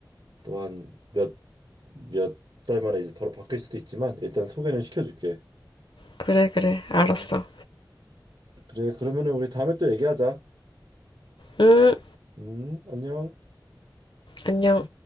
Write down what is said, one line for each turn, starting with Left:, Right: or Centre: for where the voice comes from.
Right: 또 한 몇 몇 달 만에 이제 바로 바뀔 수도 있지만 일단 소개는 시켜줄게.
Left: 그래, 그래. 알았어.
Right: 음. 그래 그러면은 우리 다음에 또 얘기하자.
Left: 음,
Right: 음, 안녕.
Left: 안녕.